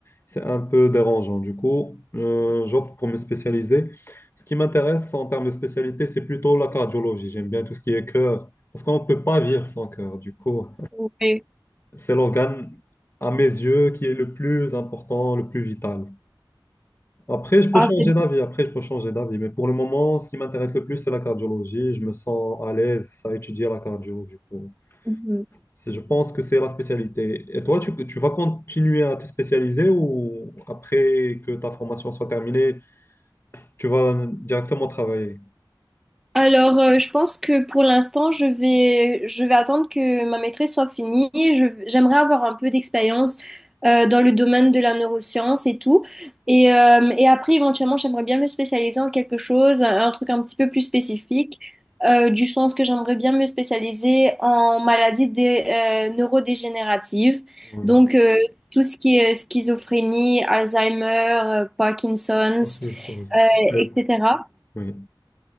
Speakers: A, on the left (about 30°); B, in the centre.
A: c'est un peu dérangeant. Du coup, euh, j'opte pour me spécialiser. Ce qui m'intéresse en termes de spécialité, c'est plutôt la cardiologie. J'aime bien tout ce qui est cœur, parce qu'on ne peut pas vivre sans cœur. Du coup,
B: Ouais.
A: c'est l'organe, à mes yeux, qui est le plus important, le plus vital. Après, je peux
B: Ah,
A: changer
B: c'est-
A: d'avis. Après, je peux changer d'avis. Mais pour le moment, ce qui m'intéresse le plus, c'est la cardiologie. Je me sens à l'aise à étudier la cardio, du coup.
B: Mhm.
A: C'est- Je pense que c'est la spécialité. Et toi, tu, tu vas continuer à te spécialiser ou après que ta formation soit terminée, tu vas directement travailler?
B: Alors, euh, je pense que pour l'instant, je vais, je vais attendre que ma maîtrise soit finie. Je- j'aimerais avoir un peu d'expérience euh, dans le domaine de la neuroscience et tout. Et, euh, et après, éventuellement, j'aimerais bien me spécialiser en quelque chose, un, un truc un petit peu plus spécifique, euh, du sens que j'aimerais bien me spécialiser en maladies dé- euh, neurodégénératives.
A: Oui.
B: Donc, euh, tout ce qui est euh, schizophrénie, Alzheimer, euh, Parkinson's,
A: Ok, force.
B: euh,
A: C'est-
B: etc.
A: Oui,